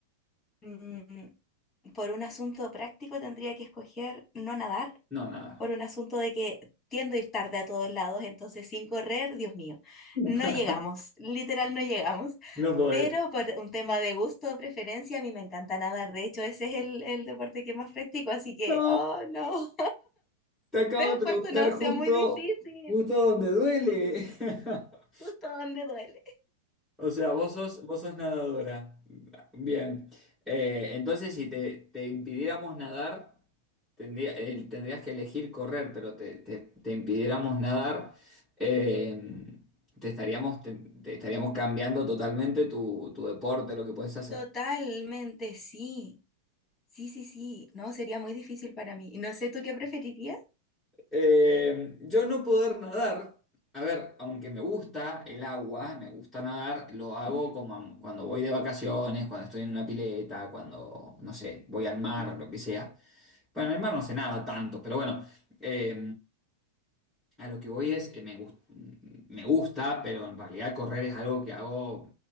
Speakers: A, on the left; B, in the centre.
A: mm, por un asunto práctico tendría que escoger no nadar,
B: No, nada.
A: por un asunto de que tiendo a ir tarde a todos lados, entonces sin correr, Dios mío,
B: <laughs>
A: no llegamos, literal no llegamos.
B: No podés.
A: Pero por un tema de gusto o preferencia, a mí me encanta nadar. De hecho, ese es el, el deporte que más practico, así que,
B: No,
A: oh no.
B: te acabo
A: <laughs> Pero
B: de preguntar
A: fue una opción
B: justo,
A: muy difícil,
B: justo donde duele. <laughs>
A: justo donde duele.
B: O sea, vos sos, vos sos nadadora. Bien. Eh, entonces, si te, te impidiéramos nadar, tendría- eh, tendrías que elegir correr, pero te, te- te impidiéramos nadar, eh, te estaríamos, te, te estaríamos cambiando totalmente tu, tu deporte, lo que puedes hacer.
A: Totalmente, sí. Sí, sí, sí. No, sería muy difícil para mí. Y no sé, ¿tú qué preferirías?
B: Eh, yo no poder nadar, a ver, aunque me gusta el agua, me gusta nadar, lo hago
A: Ujú,
B: como am- cuando voy de vacaciones, cuando estoy en una pileta, cuando, no sé, voy al mar
A: ujú,
B: o lo que sea. Bueno, en el mar no sé nada tanto, pero bueno, eh, a lo que voy es, eh, me gus- me gusta, pero en realidad correr es algo que hago